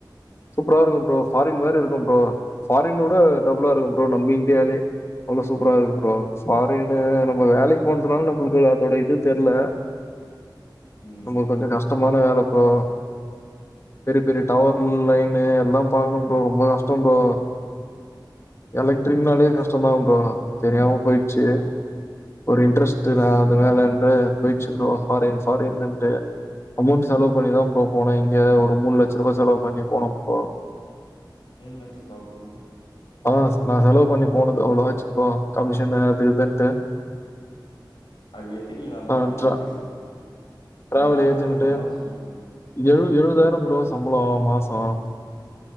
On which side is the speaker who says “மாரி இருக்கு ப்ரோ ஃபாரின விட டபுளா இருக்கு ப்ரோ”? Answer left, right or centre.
Left